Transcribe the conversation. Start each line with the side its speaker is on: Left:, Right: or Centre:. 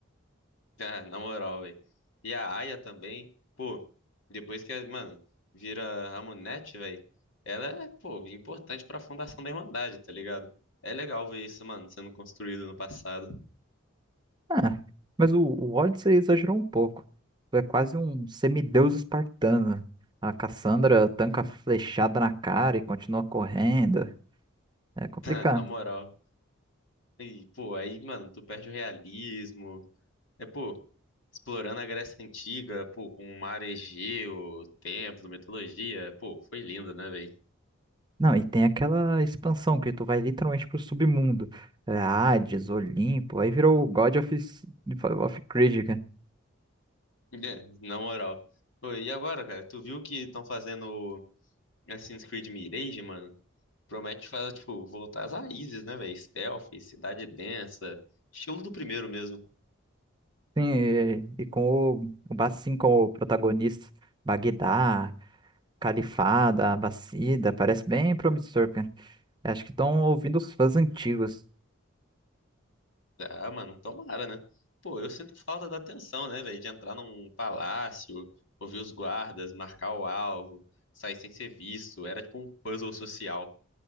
Left: Ah, na moral, velho. E a Aya também, pô, depois que, mano, vira a Munete, velho, ela é, pô, importante pra fundação da Irmandade, tá ligado? É legal ver isso, mano, sendo construído no passado.
Right: Ah, mas o, o Odyssey exagerou um pouco. É quase um semideus espartano. A Cassandra tanca flechada na cara e continua correndo. É complicado.
Left: <laughs> Na moral. E, pô, aí, mano, tu perde o realismo. É, pô, explorando a Grécia Antiga, pô, com o mar Egeu, o templo, mitologia. Pô, foi lindo, né, velho?
Right: Não, e tem aquela expansão que tu vai literalmente pro submundo. É Hades, Olimpo, aí virou o God of, of Creed, né?
Left: É, na moral. Pô, e agora, cara? Tu viu que estão fazendo o Assassin's Creed Mirage, mano? Promete fazer, tipo, voltar às raízes, né, velho? Stealth, cidade densa, estilo do primeiro mesmo.
Right: Sim, e, e com o, o Bassim como protagonista. Bagdá, Califada, Abacida, parece bem promissor, cara. Acho que estão ouvindo os fãs antigos.
Left: Ah, mano, tomara, né? Pô, eu sinto falta da atenção, né, velho? De entrar num palácio, ouvir os guardas, marcar o alvo, sair sem ser visto. Era tipo um puzzle social.